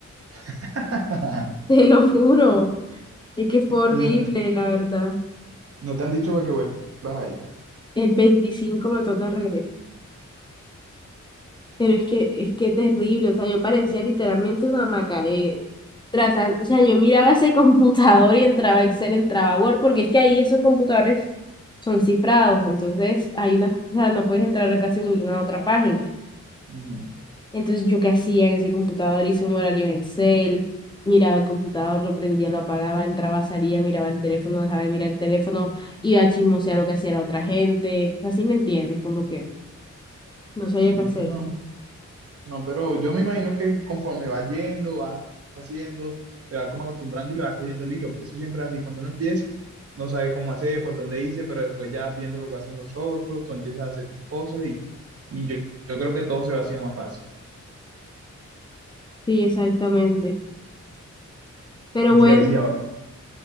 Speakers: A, on the right (about 50°); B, on the left (about 15°).
A: <laughs>
B: <laughs> te lo juro. Es que fue horrible,
A: Y no,
B: la verdad.
A: no te han dicho para que vuelvas ahí.
B: El 25 me toca regresar. Pero
A: Ah,
B: es que, es que terrible, o sea, yo parecía literalmente una maca alegre. Tratando, o sea, yo miraba ese computador y entraba Excel, entraba Word, porque es que ahí esos computadores son cifrados, entonces hay una, o sea, no puedes entrar a casi ninguna otra página.
A: Ujú.
B: Entonces, ¿yo qué hacía en ese computador? Hice un horario en Excel, miraba el computador, lo prendía, lo apagaba, entraba, salía, miraba el teléfono, dejaba de mirar el teléfono, iba a chismosear lo que hacía la otra gente. Así me entiendes, como que no sabía
A: Sí,
B: qué hacer.
A: no, no, pero yo me imagino que conforme va yendo, va haciendo, te va como acostumbrando y le va cogiendo el hilo, porque eso siempre es así, cuando uno empieza, no sabe cómo hacer, por dónde irse, pero después ya viendo lo que hacen los otros, tú empiezas a hacer tus cosas y, y yo, yo creo que todo se va haciendo más fácil.
B: Sí, exactamente. Pero
A: Mira,
B: bueno,
A: y ahora,